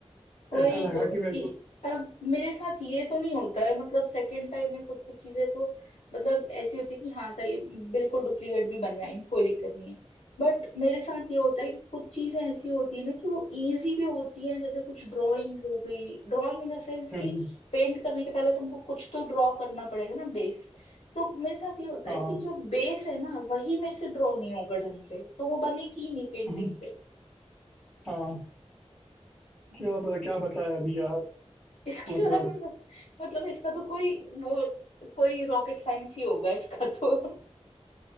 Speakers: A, on the left (about 80°); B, in the centre.
A: वही
B: ऐसा लगा
A: तो
B: कि मेरे
A: इ-
B: को
A: अब मेरे साथ ये तो नहीं होता है मतलब सेकंड टाइम में कुछ कुछ चीजें तो मतलब ऐसी होती है कि हाँ सही बिल्कुल डुप्लीकेट भी बन जाएंगी कोई दिक्कत नहीं है बट मेरे साथ ये होता है कि कुछ चीजें ऐसी होती है ना कि वो इजी भी होती हैं जैसे कुछ ड्राइंग हो गई ड्राइंग इन द सेंस
B: हम्म,
A: कि पेंट करने के पहले तुमको कुछ तो ड्रॉ करना पड़ेगा ना बेस तो मेरे साथ ये होता
B: हाँ
A: है कि जो बेस है ना वही मेरे से ड्रॉ नहीं होगा ढंग से तो वो बनेगी ही नहीं पेंटिंग
B: हम्म, हाँ क्या पता क्या बताया अभी यार
A: इसके
B: मतलब
A: बारे में तो मतलब इसका तो कोई वो कोई रॉकेट साइंस ही होगा इसका तो